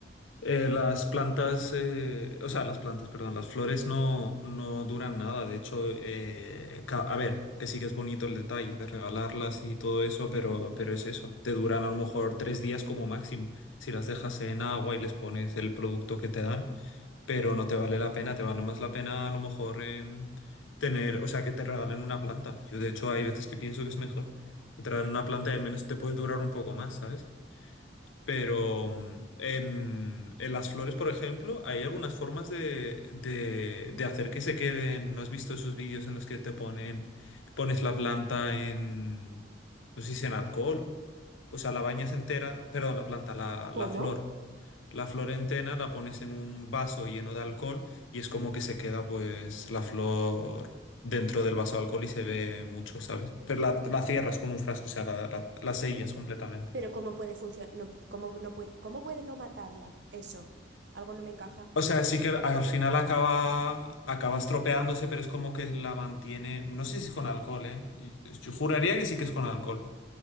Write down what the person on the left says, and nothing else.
Eh, las plantas, eh, o sea, las plantas, perdón, las flores no, no duran nada. De hecho, eh, ca- a ver, que sí que es bonito el detalle de regalarlas y todo eso, pero,
pero es eso. Te duran a lo mejor tres días como máximo si las dejas en agua y les pones el producto que te dan, pero no te vale la pena. Te vale más la pena a lo mejor em, tener, o sea, que te regalen una planta. Yo, de hecho, hay veces que pienso que es mejor que te regalen una planta y al menos te puede durar un poco más, ¿sabes? Pero mm, en, en las flores, por ejemplo, hay algunas formas de, de, de hacer que se queden. ¿No has visto esos vídeos en los que te ponen, pones la planta en, no sé si en alcohol, pues a la bañas entera, perdón, la planta, la, la
flor. La flor entera la pones en un vaso lleno de alcohol y es como que se queda pues la flor dentro del vaso de alcohol y se ve mucho, ¿sabes? Pero la, la cierras con un frasco, o sea, la, la la sellas completamente.
O sea, sí que al, al final acaba, acaba estropeándose, pero es como que la mantiene. No sé si es con alcohol, ¿eh? Y- Yo juraría que sí que es con alcohol.